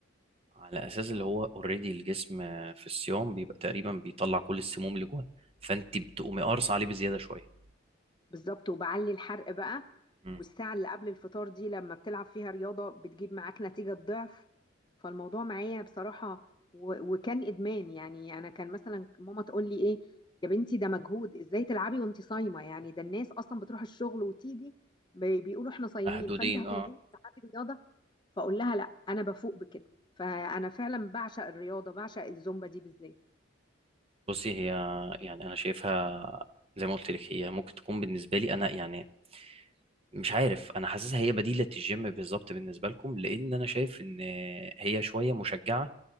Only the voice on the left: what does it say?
بالظبط وبعلي الحرق بقى
والساعه اللي قبل الفطار دي لما بتلعب فيها رياضه بتجيب معاك نتيجه ضعف فالموضوع معايا بصراحه و... وكان ادمان يعني انا كان مثلا ماما تقول لي ايه يا بنتي ده مجهود ازاي تلعبي وانت صايمه يعني ده الناس اصلا بتروح الشغل وتيجي بي- بيقولوا احنا صايمين
فانت هتنزلي
تلعبي رياضه فاقول لها لا انا بفوق بكده فانا فعلا بعشق الرياضه بعشق الزومبا دي بالذات